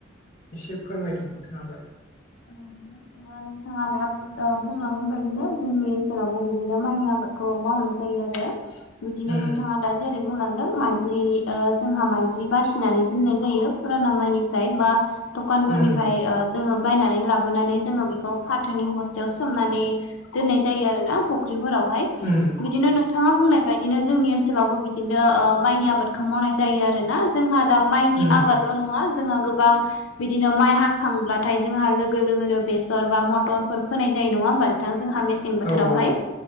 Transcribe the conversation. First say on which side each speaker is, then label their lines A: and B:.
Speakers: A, on the left; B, on the left.
A: एसे फोरमायदो नोंथाङाबो
B: औ नोंथां नोंथाङा दा ओ बुंलांनाय बायदिनो जोंनि ओनसोलावबो बिदिनो माइनि आबाद अ मावनाय जायो आरो बिदिनो
A: उम
B: नोंथाङा दा जेरै बुंलांदों माइज्लि जोंहा माइज्लि बासिनानै दोननाय जायो फुराना माइनिफ्राय बा दखानफोरनिफ्राय
A: उम
B: ओ जोङो बायनानै लाबोनानै जोङो बेखौ फाथोनि बस्टाव सोमनानै दोननाय जायो आरो ना फुख्रिफोरावहाय
A: हम
B: बिदिनो नोंथाङा बुंनाय बायदिनो जोंनि ओनसोलावबो बिदिनो ओ माइनि आबादखौ मावनाय जायो आरोना जोंहा दा माइनि
A: उम
B: आबादल' नङा जोंहा गोबां बिदिनो माइ हाखांब्ला नाथाय जोंहा लोगो लोगोनो बेसर बा मटरफोर फोनाय जायो नङा होमबा नोंथां जोंहा मेसें सें बोथोरावहाय
A: औ औ